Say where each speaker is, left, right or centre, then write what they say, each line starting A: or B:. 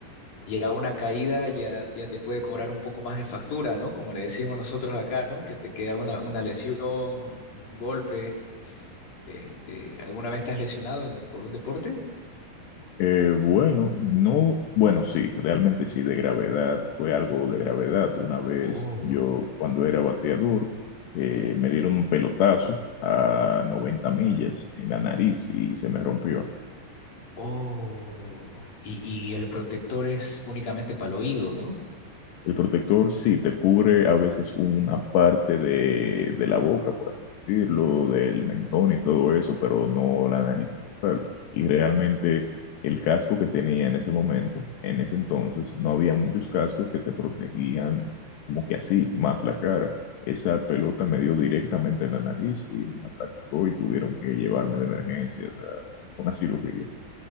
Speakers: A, on the left (about 55°); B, on the left (about 85°).
A: llega una caída, ya, ya te puede cobrar un poco más de factura, ¿no? Como le decimos nosotros acá, ¿no? Que te queda una, una lesión, un golpe. Este, ¿alguna vez te has lesionado en- por un deporte?
B: Eh, bueno, no, bueno, sí, realmente sí, de gravedad, fue algo de gravedad. Una vez
A: Oh,
B: yo, cuando era bateador, eh, me dieron un pelotazo a 90 millas en la nariz y se me rompió.
A: oh. Y, y el protector es únicamente para el oído, ¿no?
B: El protector sí te cubre a veces una parte de, de la boca, por así decirlo, del mentón y todo eso, pero no la nariz como tal. Y realmente el casco que tenía en ese momento, en ese entonces, no había muchos cascos que te protegían como que así, más la cara. Esa pelota me dio directamente en la nariz y me atracó y tuvieron que llevarme de emergencia, o sea, una cirugía.